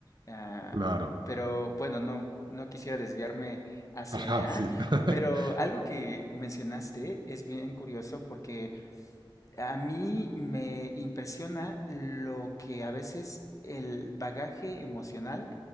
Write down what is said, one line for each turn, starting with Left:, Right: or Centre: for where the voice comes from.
Left: Ah,
Right: Claro.
Left: pero bueno, no, no quisiera desviarme hacia
Right: Ajá,
Left: allá,
Right: sí. <laughs>
Left: pero algo que mencionaste es bien curioso porque a mí me impresiona lo que a veces el bagaje emocional